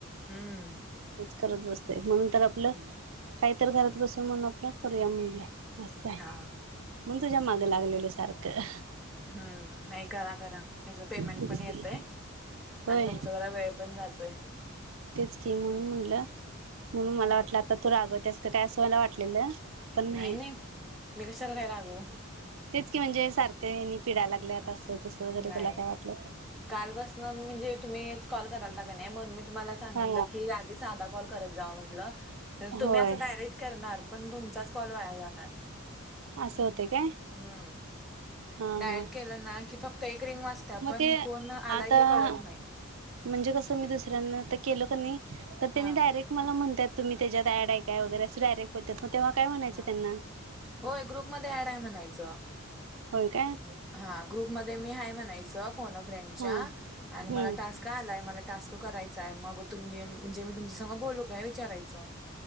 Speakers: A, in the centre; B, on the right.
A: हम्म.
B: हेच करत बसते म्हणून तर आपलं काही तर घरात बसून म्हणून आपलं करूया म्हणलं. असं आहे
A: हा
B: म्हणून तुझ्या मागे
A: नाही
B: लागलेले सारखं.
A: हम्म नाही करा करा. ह्याजा पेमेंट
B: तेच
A: पण येतय
B: की होय
A: आणि तुमचा जरा वेळ पण जातोय.
B: तेच कि म्हणून म्हंटलं म्हणून मला
A: हम्म.
B: वाटलं आता तू रागवतेस का काय असं मला वाटलेलं. पण नाही
A: नाय-नाय मी कशाला काय रागू.
B: तेच की म्हणजे सारखं हेनी पिड्या लागल्यात अस तसं वगैरे
A: नाही
B: तुला काय
A: नाही.
B: वाटलं तर.
A: कालपासनं म्हणजे तुम्हीच कॉल करालता की नाय म्हणून मी तुम्हाला सांगितलं
B: हा
A: की आज ते सादा कॉल करत जावा म्हटलं तुम्ही
B: होय
A: असं डायरेक्ट करणार पण तुमचाच कॉल वाया जाणार.
B: असं होते काय?
A: हम्म.
B: हा
A: डायरेक्ट
B: हा
A: केलं ना, की फक्त एक रिंग वाज त्या
B: मग
A: पण
B: ते
A: फोन आलाय
B: आता
A: ते कळत नाही.
B: म्हणजे कसं मी दुसऱ्यांना आता केलं क नई तर त्यांनी
A: हा
B: डायरेक् मला म्हणत्यात तुम्ही त्याच्यात ऍड आहे काय असं डायरेक्ट पलत्यात म तेव्हा काय म्हणायचं
A: हा
B: त्यांना?
A: होय ग्रुपमध्ये ऍड आहे म्हणायचं
B: होय काय?
A: हा ग्रुपमध्ये मी हाय म्हणायचं फोन अ फ्रेंडच्या
B: हा
A: आणि
B: हम्म
A: मला टास्क का आलाय मला टास्क करायचाय, मग तुम म्हणजे मी तुमच्यासंग बोलू काय विचारायचं.